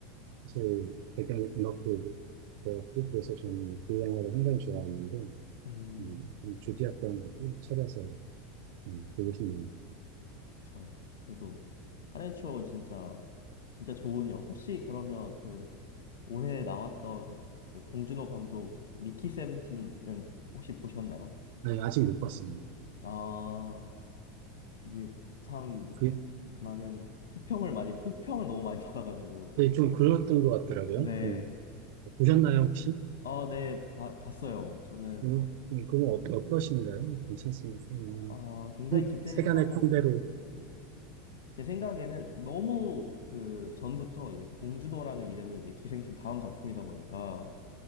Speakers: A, on the right; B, on the left.
A: 사실 배경 음악도 되었고 그래서 저는 그 영화를 굉장히 좋아하는데
B: 음,
A: 음, 좀 조디였던 것도 찾아서 음, 보고 싶네요.
B: 그쵸. 그래도 살인의 추억은 진짜 진짜 좋은 영화. 혹시 그러면 그 올해 나왔던 그 봉준호 감독 미키 세븐틴은 혹시 보셨나요?
A: 네, 아직 못 봤습니다.
B: 아, 이게 참
A: 그,
B: 많은 혹평을 많이 혹평을 너무 많이 <laughs> 받아가지고
A: 네, 좀 그랬던 것 같더라고요.
B: 네.
A: 음, 보셨나요 혹시?
B: 아, 네. 바- 봤어요. 저는
A: 음, 음, 그건 어, 어떠신가요? 괜찮습니까? 음,
B: 아, 굉장히 기대하고
A: 세간의 평대로
B: 네. 제 생각에는 너무 그 전부터 이제 봉준호라는 이름이 이제 기생충 다음 작품이다 보니까